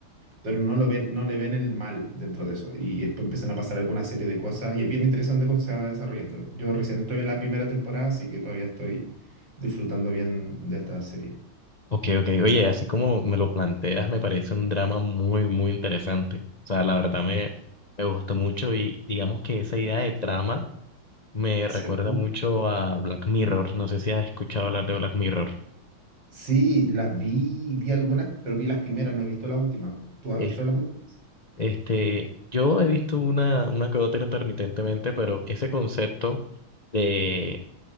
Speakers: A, on the right (about 55°); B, on the left (about 40°).
A: pero no lo ven, no le ven el mal dentro de eso. Y después empiezan a pasar alguna serie de cosas y es bien interesante cómo se va desarrollando. Yo recién estoy en la primera temporada, así que todavía estoy disfrutando bien de esta serie.
B: Ok, ok. Oye, así como me lo planteas, me parece un drama muy, muy interesante. O sea, la verdad me, me gustó mucho y digamos que esa idea de trama me recuerda
A: ¿Cierto?
B: mucho a Black Mirror. No sé si has escuchado hablar de Black Mirror.
A: Sí, las vi, vi algunas, pero vi las primeras, no he visto las últimas. ¿Tú has
B: Eh,
A: visto las últimas?
B: Este, yo he visto una, una que otra intermitentemente, pero ese concepto de